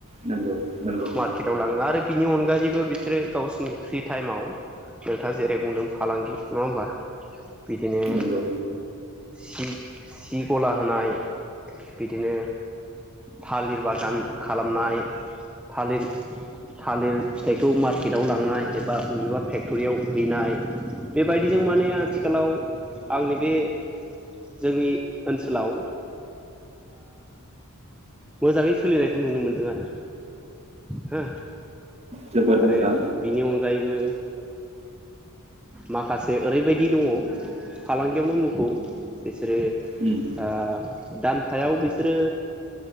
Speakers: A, on the right (about 30°); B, in the centre.
A: नंगौ नंगौ
B: मार्केट आव लाङो आरो। बिनि अनगायैबो बिसोरो गावसोरनि फ्रि टाइमाव नोंथाङा जेरै बुंदों। फालांगि नङा होमबा। बिदिनो।
A: नंगौ
B: सि सि गला होनाय बिदिनो थालिर बागान खालामनाय थालिर थालिर फिथाइखौ मार्केटआव लांनाय एबा बबेबा फेक्टरियाव हैनाय। बेबायदिजों माने आथिखालाव आंनि बे जोंनि ओनसोलाव। मोजाङै सोलिनायखौ नुनो मोनदों आरो हो।
A: जोबोद
B: आरो
A: मोजां
B: बिनि अनगायैबो। माखासे ओरैबायदि दङ फालांगियावनो मुंखौ बि सोरो
A: उम
B: आ। दानफायाव बिसोरो